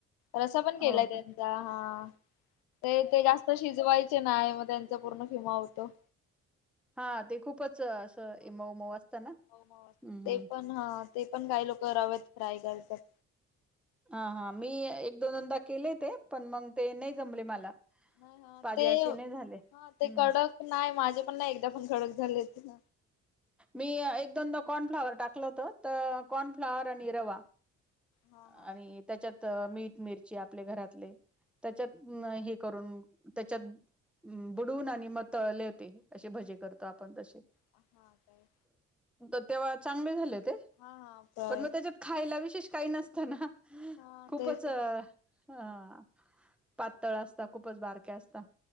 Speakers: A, on the left; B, in the centre.
A: रसा पण केलाय
B: हो
A: त्यांचा
B: का
A: हा ते ते जास्त शिजवायच ना आहे मग त्यांचा पूर्ण फिमा होतो
B: हा ते खूपच असं
A: ह
B: मऊ मऊ असतं ना
A: हो म
B: हम्म
A: ते
B: हम्म
A: पण हा ते पण काही लोक रवत फ्राय करत
B: हा हा मी एक दोन दोनदा केले ते पण मग ते नाही जमले मला
A: नाही हा
B: पाजे
A: ते
B: असे
A: हा
B: नाही झाले हम्म
A: ते कडक नाही माझ म्हणे पण नाही एकदा पण कडक झाले ति
B: मी एक दोन दो कॉर्नफ्लावर टाकलं होत तर कॉर्नफ्लाॉवर आणि रवा
A: हा
B: आणि त्याच्यात मीठ मिरची आपले घरातले त्याच्यात हे करून त्याच्यात बुडून आणि म तळले होते असे भजे करतो आपण तसे
A: हा काय
B: तर तेव्हा चांगले झाले ते
A: हा हा काय
B: पण मग त्याच्यात खायला विशेष काही नसत ना
A: हा
B: खूपच
A: तेच
B: अ
A: ना.
B: पातळ असता खूपच बारके असता.